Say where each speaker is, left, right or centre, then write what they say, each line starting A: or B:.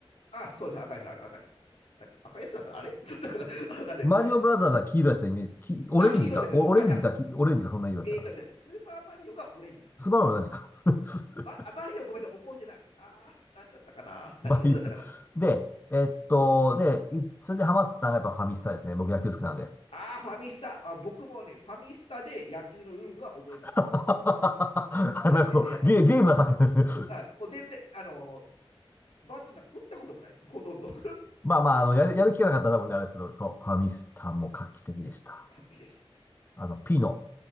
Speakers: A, on the left; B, on the left.
A: あ、そうです。赤いです、赤いです。あ赤いやつだったらあれだ <laughs> ったから、<laughs> わかんないです。
B: マリオブラザーズは黄色やったイメージ、きオレンジか、
A: あ、黄色ですよ。
B: おオレンジか、
A: あ、いや、
B: きオレンジかそんな色やったかな。
A: えーとですね、スーパーマリオがオレンジですね。
B: スバルはオレンジか。<laughs>
A: ま、あマリオごめんなさい、覚えてない。あー、何だったかな何色だったかな
B: まあいいです。で、えっと、で、いそれでハマったのがやっぱファミスタですね。僕野球好きなんで。
A: あー、ファミスタ。あ、僕もね、ファミスタで野球のルールは覚えました。
B: <laughs> あなるほど。
A: 実際は全然やったことないです。
B: ゲ、ゲームが先ですね。
A: あ、もう全然、あのーバットなんか打ったこともないです。ほとんど。<laughs>
B: <laughs> まあまあ、あの、やる、やる気がなかったら多分ねあれですけど、そう、
A: うん、
B: ファミスタも画期的でした。
A: はっきりでした。
B: あの、ピノ。